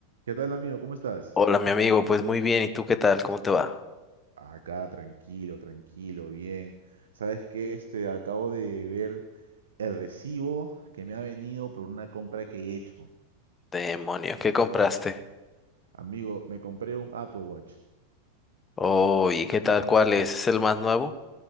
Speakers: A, on the right; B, on the left.
A: ¿Qué tal, amigo? ¿Cómo estás?
B: Hola, mi amigo, pues muy bien, ¿y tú qué tal? ¿Cómo te va?
A: Acá, tranquilo, tranquilo, bien. ¿Sabes qué? Este, acabo de ver el recibo que me ha venido por una compra que he hecho.
B: Demonio, ¿qué compraste?
A: Amigo, me compré un Apple Watch.
B: Oh, ¿y qué tal? ¿Cuál es? ¿Es el más nuevo?